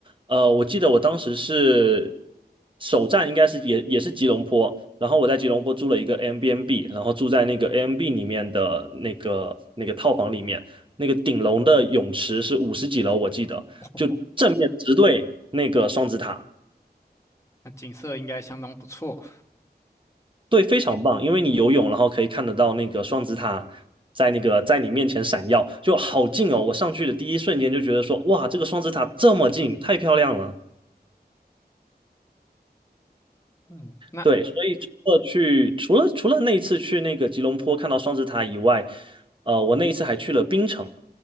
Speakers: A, on the right (about 30°); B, on the left (about 15°).
A: 呃，我记得我当时是首站应该是也也是吉隆坡，然后我在吉隆坡租了一个 Airbnb，然后住在那个 Airbnb 里面的那个那个套房里面，那个顶楼的泳池是五十几楼，我记得就正面直对那个双子塔。
B: 哦，那景色应该相当不错。
A: 对，非常棒，因为你游泳，然后可以看得到那个双子塔在那个在你面前闪耀，就好近哦！我上去的第一瞬间就觉得说，哇，这个双子塔这么近，太漂亮了。
B: 嗯，那
A: 对，所以除了去，除了除了那一次去那个吉隆坡看到双子塔以外，呃，我那一次还去了槟城，